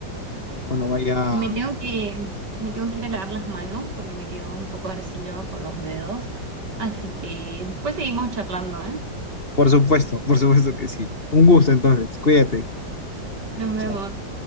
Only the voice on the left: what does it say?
ahí cuando vaya.
Por supuesto, por supuesto que sí. Un gusto entonces. Cuídate.
Chao.